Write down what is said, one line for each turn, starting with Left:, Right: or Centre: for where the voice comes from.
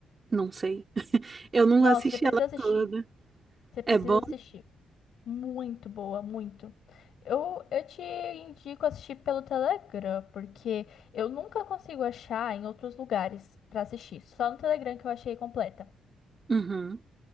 Right: não sei. Eu não
Left: Nossa,
Right: assisti
Left: você precisa
Right: ela
Left: assistir.
Right: toda.
Left: Você precisa
Right: É bom?
Left: assistir. Muito boa, muito. Eu, eu te indico assistir pelo Telegram, porque eu nunca consigo achar em outros lugares pra assistir. Só no Telegram que eu achei completa.
Right: Uhum.